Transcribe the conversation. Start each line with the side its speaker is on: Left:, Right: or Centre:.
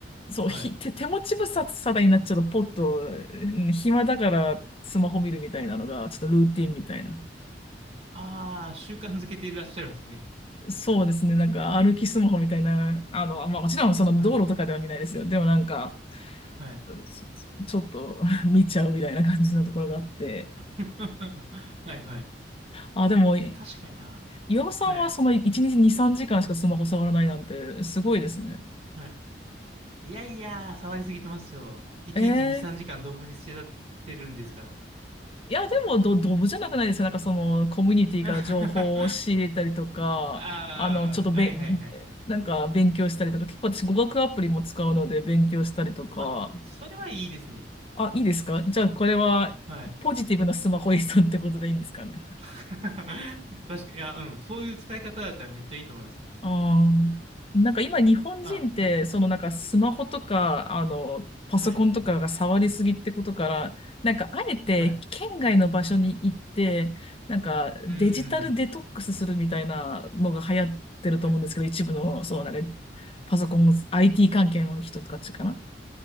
Left: そう、
Right: はい。
Left: ひ、<laughs> 手、手持ち無沙汰になっちゃうと、ポッと、うん暇だからスマホ見るみたいなのが、ちょっとルーティンみたいな。
Right: ああ、習慣づけていらっしゃるんですね。
Left: そうですね、なんか歩きスマホみたいな、あの、まあ、もちろんその道路とかでは見ないですよ。
Right: はい。
Left: でもなんか、
Right: はい。
Left: うんちょっと <laughs> 見ちゃうみたいな感じのところがあって。
Right: <laughs> はいはい。い
Left: あ、でも、
Right: や、確かにな。
Left: 岩尾さんはその1日2、
Right: はい。
Left: 3時間しかスマホ触らないなんて、すごいですね。
Right: はい。いやいや、触りすぎてますよ。1日2、
Left: え
Right: 3時間動物にしちゃってるんですから。
Left: ーいや、でも、ど、ドブじゃなくないですかなんかその、コミュニティから情報を仕入れたりとか、
Right: <laughs> ああ、
Left: あの、ちょっとべん、
Right: はいはいはい。
Left: なんか勉強したりとか、結構私語学アプリも使うので勉強したりとか、
Right: あ、それはいいですね。
Left: あ、いいですかじゃあこれは、
Right: はい。
Left: ポジティブなスマホ依存ってことでいいんですかね
Right: <laughs> 確かに、いや、うん。そういう使い方だったらめっちゃいいと思います。
Left: ああ。なんか今日本人って、
Right: あ、はい。
Left: そのなんかスマホとか、あの、パソコンとかが触りすぎってことから、
Right: はい。
Left: なんかあえて県外の場所に行って、
Right: はい。
Left: なんかデジタルデトックスするみたいなのが流行ってると思うんですけど、
Right: うーん。はい。
Left: 一部の、そう、なんかパソコン、IT 関係の人たちかな。